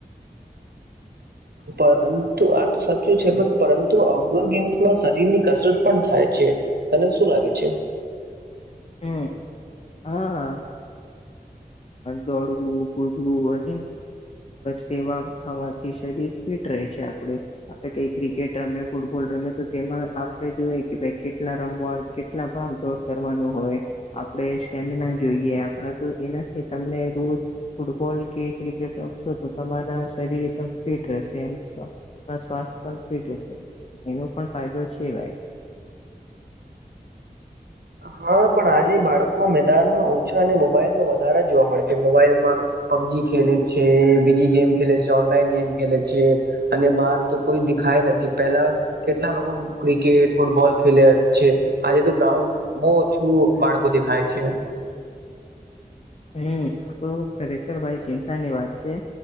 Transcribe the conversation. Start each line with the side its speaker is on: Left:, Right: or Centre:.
Right: પરંતુ આ તો સાચું છે, પણ પરંતુ આઉટડોર ગેમ્સમાં શરીર ની કસરત પણ થાય છે. તને શું લાગે છે,
Left: હું, હા, હા દોડવું કૂદવું અને સેવા થવાથી શરીર ફિટ રહે છે, આપણે આપડે કઈ ક્રિકેટ રમે, ફૂટબોલ રમે, તો તેમાં આપણે જોય કે ભાઈ કેટલા રમવા કે કેટલા ભાગ દોડ કરવાનું. હોય, આપણે સ્ટેમિના જોઈએ. આપણા તો એનાથી તમને રોજ ફૂટબોલ કે ક્રિકેટ રમશો તો તમારા શરીર એકદમ ફિટ રહેશે. સ્વાસ્થ પણ ફિટ રહેશે, એનો પણ ફાયદો છે ભાઈ.
Right: હા, પણ આજે બાળકો મેદાનમાં ઓછા અને મોબાઈલમાં વધારા જોવા મળશે, મોબાઈલમાં. પબજી ખેલે છે, બીજી ગેમ ખેલે છે, ઓનલાઈન ગેમ ખેલે છે. અને બહાર તો કોઈ દેખાય નથી, પેલા કેટલા લોકો ક્રિકેટ ફૂટબોલ ખેલ્યા છે, આજે તો ગ્રાઉન્ડ બહુ ઓછું બાળકો દેખાય છે.
Left: હું તો ખરેખર ભાઈ ચિંતા ની વાત છે.